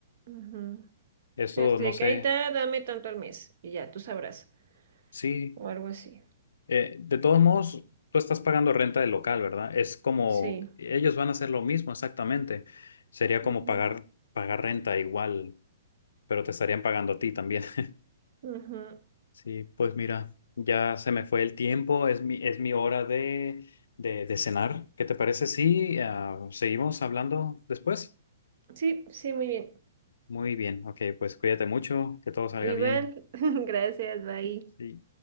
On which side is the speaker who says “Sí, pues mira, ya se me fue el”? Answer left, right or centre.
Left